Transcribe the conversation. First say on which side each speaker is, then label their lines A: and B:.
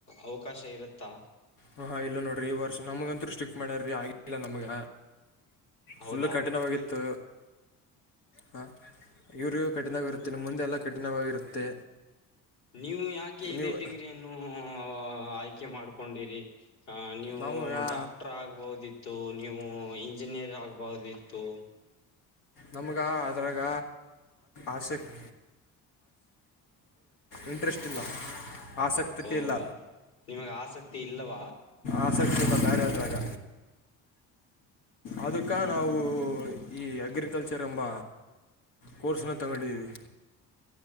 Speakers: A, on the left (about 60°); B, on the left (about 75°).
A: ಅವಕಾಶ ಇರುತ್ತಾ.
B: ಹ ಹಾ ಇಲ್ಲ ನೋಡ್ರಿ ಈ ವರ್ಷ ನಮಗಂತೂ ಸ್ಟಿಕ್ ಮಾಡಾರ್ರಿ ಆಗಿಲ್ಲ ನಮಗ.
A: ಹೌದಾ
B: ಫುಲ್ಲು ಕಠಿಣವಾಗಿತ್ತು ಹಾ. ಇವರಿಯೂ ಕಠಿಣವಾಗಿರುತ್ತೆ ಇನ್ನು ಮುಂದೆ ಎಲ್ಲ ಕಠಿಣವಾಗಿರುತ್ತೆ.
A: ನೀವು ಯಾಕೆ ಇದೇ
B: ನೀವು
A: ಡಿಗ್ರಿಯನ್ನು ಆಯ್ಕೆ ಮಾಡ್ಕೊಂಡಿರಿ. ಆ ನೀವು
B: ನಾವು ಯಾ
A: ಡಾಕ್ಟರ್ ಆಗ್ಬಹುದಿತ್ತು ನೀವು ಇಂಜಿನಿಯರ್ ಆಗ್ಬಹುದಿತ್ತು.
B: ನಮ್ಗೆ ಅದ್ರಾಗ ಆಸಕ್ತಿ. ಇಂಟ್ರೆಸ್ಟ್ ಇಲ್ಲ ಆಸಕ್ತಿ.
A: ಓ
B: ಇಲ್ಲ
A: ನಿಮಗ್ ಆಸಕ್ತಿ ಇಲ್ಲವ್ವ.
B: ಆಸಕ್ತಿ ಇಲ್ಲ ಆದ್ರಾಗ. ಅದಕ್ಕೆ ನಾವು ಈ ಅಗ್ರಿಕಲ್ಚರ್ ಎಂಬ. ಕೋರ್ಸ್ನ ತಗೊಂಡಿದ್ದೀವಿ.